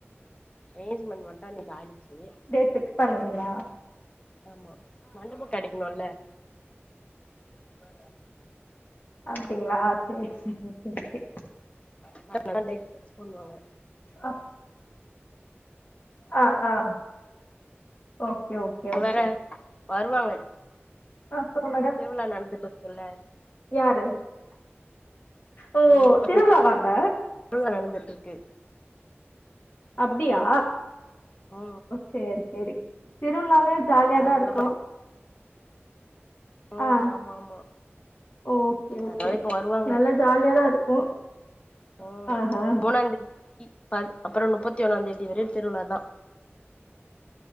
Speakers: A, on the left; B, on the left.
A: என்கேஜ்மண்ட் மட்டும் அன்னிக்கு ஆடுச்சு
B: டேட் ஃபிக்ஸ் பண்ணுவிங்களா
A: ஆமா மண்டபம் கிடைக்கணும்ல <inaudible>
B: அப்டிங்களா சேர் சேர் சேர் சேர்
A: அப்பா வந்தாதா டேட் ஃபிக்ஸ் பன்னுவாங்க
B: அப் ஆ ஆ ஓகே ஓகே
A: இப்ப
B: ஓகே
A: வேற வருவாங்க
B: அப்பறோ மேடம்
A: திருவிழா நடந்துட்டு இருக்குல்ல
B: யாரு ஓ
A: எங்க ஊர்
B: திருவிழாவா அங்க
A: திருவிழா நடந்துட்டு இருக்கு
B: அப்டியா
A: ஆ
B: சேர் சேரி திருவிழாலே ஜாலியாதா
A: அதனால
B: இருக்கும்
A: வ ஓ
B: ஆ
A: ஆமா ஆமா
B: ஓகே ஓகே
A: அதா இப்ப வருவாங்க
B: நல்லா ஜாலியாதா இருக்கு
A: ஓ
B: ஆஹா
A: மூன்னாந் தேதி அப்பறோ முப்பத்தி ஒன்னாம் தேதி வர திருவிழாதான்